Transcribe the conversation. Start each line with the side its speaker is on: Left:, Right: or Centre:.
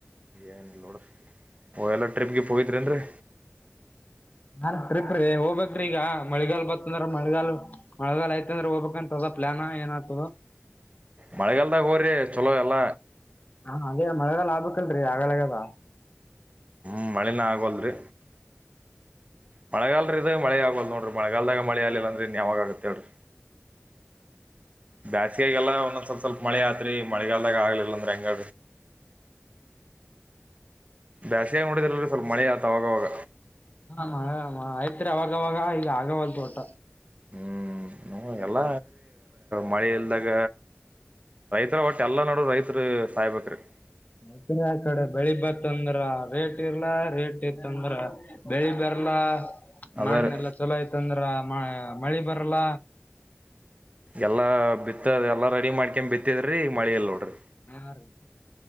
Right: ಏನಿಲ್ಲ ನೋಡ್ ಎಲ್ಲ ಟ್ರಿಪ್ಗೆ ಹೋಗಿದ್ರೇನ್ ರೀ
Left: ನಾನ್ ಟ್ರಿಪ್ ಹೋಗ್ಬೇಕ್ರೀ ಈಗ ಮಳಿಗಾಲ್ ಬಂದ್ರ ಮಳಿಗಾಲ್ ಮಳೆಗಾಲಲ್ ಯತ ಅಂದ್ರ ಹೋಗ್ಬೇಕಂತ ಅದ ಪ್ಲಾನ ಏನ ಆತದ
Right: ಮಳೆಗಾಲದಾಗ ಹೋರೀ ಚಲೋ ಎಲ್ಲ
Left: ಹಾ ಅದೇ ಮಳೆಗಾಲ ಆಗ್ಬಕ್ಲ್ರರಿ ಆಗಲಗದ
Right: ಹ್ಮ್ ಮಳಿನ ಅಗಾವ್ತುಲ್ ರೀ ಮಳೆಗಲ್ರ ಇದ ಮಳೆ ಆಗಲ್ ನೋಡ್ರಿ ಮಳೆಗಾಲದಾಗ ಮಳೆ ಆಗ್ಲಿಲ್ಲ ಅಂದ್ರಿ ಇನ್ಯಾವಾಗ ಆಗತ್ತೇಡ್ರಿ ಬ್ಯಾಸಿಗೆಗೆಲ್ಲಾ ಒಂದೊಂದ್ ಸ್ವಲ್ ಸ್ವಲ್ಪ ಮಳೆ ಆತ್ರಿ ಮಳೆಗಲ್ದಾಗ ಆಗ್ಲಿಲ್ಲ ಅಂದ್ರಿ ಹೆಂಗ ಬ್ಯಾಸಿಯಾಗಿ ನೋಡಿದ್ರಲ್ರಿ ಸ್ವಲ್ಪ ಮಳೆ ಆಯ್ತ್ ಅವಾಗ್ ಅವಾಗ
Left: ಹ ಆಯ್ತ್ರಿ ಅವಾಗವಾಗ ಈಗ ಆಗವಲ್ ರಇ ಹೋಟ್ಟ
Right: ಹ್ಮ್ ಎಲ್ಲ ಮಳೆ ಇಲ್ದಾಗ ರೈತರ ಹೊಟ್ಟ ಎಲ್ಲಾ ನಡ ರೈತ್ರು ಸಾಯ್ಬಕ್ರರಿ
Left: ಮೈತ್ರಿ ಆ ಕಡೆ ಬೆಳಿ ಬತ್ತಂದ್ರ ರೇಟ್ ಇರ್ಲ ರೇಟ್ ಇತ್ತಂದ್ರ ಬೆಳಿ ಬರ್ಲ್ಲ
Right: ಅದ
Left: ಮಣ್ಣ
Right: ರೀ
Left: ಎಲ್ಲಾ ಚಲೋ ಆಯ್ತಂದ್ರ ಮ ಮಳೆ ಬರಲ್ಲ
Right: ಎಲ್ಲಾ ಬಿತ್ತ ಎಲ್ಲಾ ರೆಡಿ ಮಾಡ್ಕ ಬಿತ್ತಿದ್ರಿ ಮಳಿಲ್ಲ ನೋಡ್ರಿ
Left: ಹಾ ರೀ